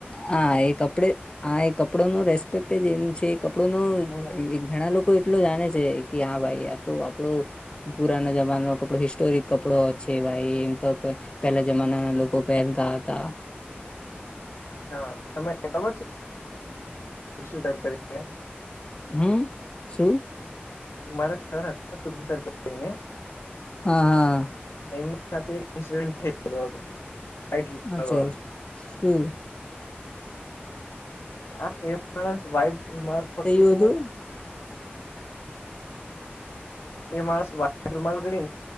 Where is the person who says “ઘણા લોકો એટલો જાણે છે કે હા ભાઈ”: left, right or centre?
Left